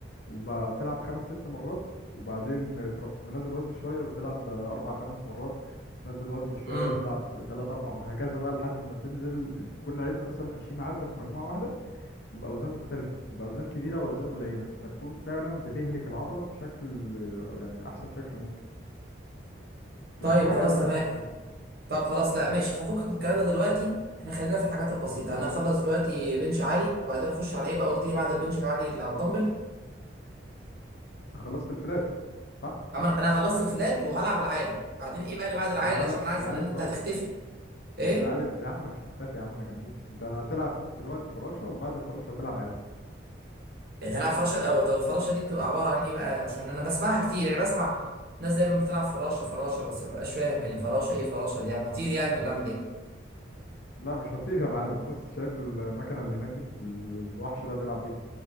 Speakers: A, on the left (about 60°); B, on the right (about 55°).
A: وبتلعب خمس ست مرات وبعدين تروح منزل وزن شوية وتلعب أربع خمس مرات تنزل وزن شوية
B: امم
A: تلعب تلات أربع م- هكذا بقى لحد ما تنزل تكون لعبت مثلا عشرين عدة في مجموعة واحدة وبأوزان مختلفة وبأوزان كبيرة وأوزان قليلة فتكون فعلا بتهلك العضلة بشكل يعني أحسن شكل ممكن بس
B: طيب
A: دي حاجة
B: خلاص
A: أدفانسد
B: تمام
A: شوية
B: طب خلاص لا ماشي هفكك من الكلام ده دلوقتي احنا خلينا في الحاجات البسيطه انا هخلص دلوقتي بنش عالي وبعدين اخش على ايه بقى قلت لي بعد البنش العالي اللي على الدمبل
A: أنت خلصت الفلات صح؟
B: اما انا أنا خلصت الفلات وهلعب العالي بعدين ايه بقى اللي بعد العالي
A: لا
B: عشان
A: لا مش
B: انا عارف
A: العالي
B: ان انت
A: دلوقتي
B: هتختفي ايه
A: مش العالي يا عم أنا مش مختفي يا عم أنا جنبيك أنت هتلعب دلوقتي فراشة وبعد الفراشة هتلعب عالي
B: يعني هنلعب فراشه الاول طب الفراشه دي بتبقى عباره عن ايه بقى عشان انا بسمعها كتير يعني بسمع ناس دايما بتلعب فراشه فراشه بس ما ببقاش فاهم يعني فراشه ايه فراشه دي يعني اطير يعني ولا اعمل ايه
A: لا مش هطير يا معلم بص شايف المكنه اللي هناك دي ال- الوحش ده بيلعب بيها